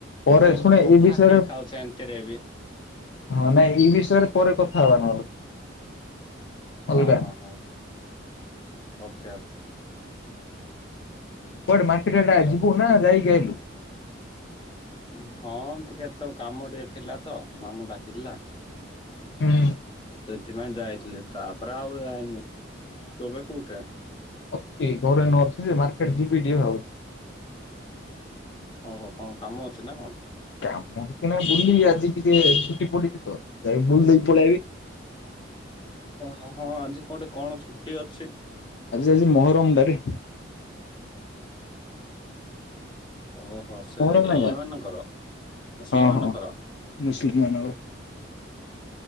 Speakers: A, on the left (about 60°); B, on the left (about 25°).
A: ପରେ
B: ମୁଁ
A: ଶୁଣେ
B: ତ କଥା
A: ଏଇ ବିଷୟରେ
B: ହେଇଥାଉ ସେମିତିରେ ବି।
A: ହଁ ନାଇଁ ଏଇ ବିଷୟରେ ପରେ କଥା ହବା ନହେଲେ।
B: ହଁ
A: ଅଲଗା
B: ହଁ ହଁ ଓକେ ଓକେ।
A: କୁଆଡେ ମାର୍କେଟ ଆଡ଼େ
B: ହ୍ୟାଲୋ।
A: ଯିବୁ ନା ଯାଇକି ଆଇଲୁ।
B: ହୁଁ ହଁ ଟିକେ ତ କାମ ଟିକେ ଥିଲା ତ ମାମୁଁ ଡାକିଥିଲା।
A: ହୁଁ
B: ସେଥିପାଇଁ ଯାଇଥିଲି ତାପରେ ଆଉ ଯାଇନି ତମେ କୋଉଠେ?
A: ଅତି ଘରେ ନ ଥିଲେ ଯେ ମାର୍କେଟ ଯିବି ଟିକେ ଭାବୁଛି।
B: ହଉ ହଉ କଣ କାମ ଅଛି ନା କଣ?
A: କାମ କିଛି ନା ବୁଲିବି ଆଜି ଟିକେ ଛୁଟି ପଡ଼ିଛି ତ ଯ ବୁଲି ଦେଇକି ପଳେଆଇବି।
B: ଓ ହଁ ଆଜି କଣ ଗୋଟେ କଣ ଛୁଟି ଅଛି?
A: ଆଜି ଆଜି ମହରମ ଟାରେ।
B: ଅ ହୋ ସେ
A: ମହରମ
B: ଇଏ
A: ନାଇଁ କଣ
B: ମାନଙ୍କର ମୁସଲିମ
A: ହଁ
B: ମାନଙ୍କର।
A: ହଁ ମୁସଲିମ ମାନଙ୍କର